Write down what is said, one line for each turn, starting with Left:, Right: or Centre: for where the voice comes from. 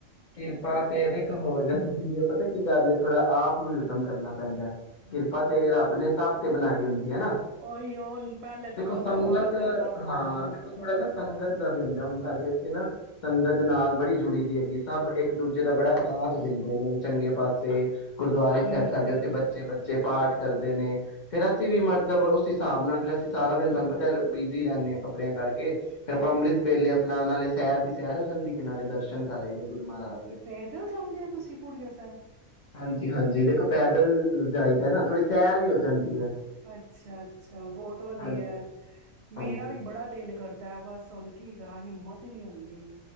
Left: ਕਿਰਪਾ ਤੇ ਦੇਖੋ ਹੋ ਜਾਂਦੀ ਹੈ ਪਤਾ ਕੀ ਗੱਲ ਏ ਥੋੜਾ ਆਪ ਨੂੰ ਵੀ ਉੱਦਮ ਕਰਨਾ ਪੈਂਦਾ
Right: ਹਾਂਜੀ
Left: ਕਿਰਪਾ ਤੇ
Right: ਹਾਂਜੀ
Left: ਰੱਬ ਨੇ ਹਾਬ ਤੇ ਬਣਾਈ ਹੁੰਦੀ ਹੈ ਨਾ
Right: ਉਹੀ ਉਹ ਪਹਿਲੇ
Left: ਦੇਖੋ
Right: ਥੋੜਾ
Left: ਸੰਗਤ
Right: ਉਦਮ ਆਪ ਕਰਨਾ ਪੈਂਦਾ
Left: ਹਾਂ ਦੇਖੋ ਥੋੜਾ ਨਾ ਸੰਗਤ ਦਾ ਵੀ ਹੁੰਦਾ ਹੁਣ ਸਾਡੇ ਕਿ ਨਾ ਸੰਗਤ ਨਾਲ ਬੜੀ ਜੁੜੀ ਦੀ ਹੈਗੀ ਸਭ ਇੱਕ ਦੂਜੇ ਦਾ ਬੜਾ ਸਾਥ ਦਿੰਦੇ ਨੇ ਚੰਗੇ ਪਾਸੇ ਗੁਰਦੁਆਰੇ
Right: ਹੂੰ,
Left: ਸਾਹਿਬ ਸਾਡੇ ਉੱਥੇ ਬੱਚੇ ਬੱਚੇ ਪਾਠ ਕਰਦੇ ਨੇ ਫੇਰ ਅਸੀਂ ਵੀ ਮਤਲਬ ਉਸ ਹਿਸਾਬ ਨਾਲ ਫਿਰ ਅਸੀਂ ਸਾਰਾ ਦਿਨ ਤੁਹਾਨੂੰ ਪਤਾ ਬਿਜ਼ੀ ਰਹਿੰਦੇ ਹਾਂ ਕੱਪੜਿਆਂ ਕਰਕੇ ਕੇ ਫੇਿਰ ਆਪਾਂ
Right: ਅੱਛਾ
Left: ਅੰਮ੍ਰਿਤ ਵੇਲੇ
Right: ਅੱਛਾ
Left: ਆਪਣਾ ਉਹੇ ਸ਼ਹਿਰ ਦੀ ਸਹਿਰੋ ਨਾਲੇ ਦਰਸ਼ਨ ਕਰ ਰਹੇ ਨੇ ਗੁਰੂ ਮਹਾਰਾਜ ਦੇ
Right: ਪੈਦਲ ਜਾਂਦੇ ਹੋ ਤੁਸੀਂ ਪੂੜੀਆ ਸਾਹਿਬ?
Left: ਹਾਂਜੀ ਹਾਂਜੀ ਦੇਖੋ ਪੈਦਲ ਜਾਈਦਾ ਨਾ ਥੋੜ੍ਹੀ ਸੈਰ ਵੀ ਹੋ ਜਾਂਦੀ ਹੈ
Right: ਅੱਛਾ ਅੱਛਾ ਬਹੁਤ ਵਧੀਆ
Left: ਹਾਂਜੀ ਹਾਂਜੀ
Right: ਮੇਰਾ ਵੀ ਬੜਾ ਦਿਲ ਕਰਦਾ ਹੈ ਬਸ ਸੁਣ ਕੀ ਤਰ੍ਹਾਂ ਹਿੰਮਤ ਨਹੀਂੀ ਆਉਂਦੀ